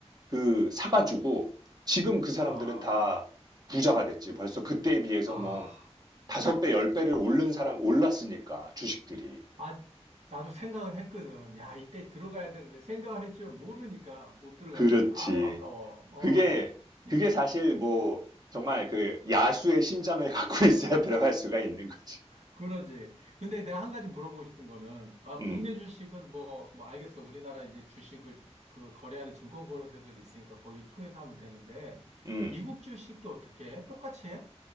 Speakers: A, on the right; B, on the right.
A: 그 사가지고 지금 그 사람들은
B: 아,
A: 다 부자가 됐지. 벌써 그때에 비해서
B: 아,
A: 뭐 다섯 배, 열 배를 오른 사람 올랐으니까 주식들이.
B: 아, 나도 생각은 했거든. 야, 이때 들어가야 되는데 생각은 했지만 모르니까 못 들어갔지.
A: 그렇지.
B: 아우, 아까워. 어,
A: 그게
B: 이-
A: 그게 사실 뭐 정말 그 야수의 심장을 <laughs> 갖고 있어야 들어갈 수가 있는 거지.
B: 그러지. 근데 내가 한 가지 물어보고 싶은 거는, 아,
A: 음,
B: 국내 주식은 뭐, 뭐 알겠어. 우리나라 이제 주식을 그 거래하는 증권 거래소들이 있으니까 거기 통해서 하면 되는데,
A: 음.
B: 미국 주식도 어떻게 해? 똑같이 해?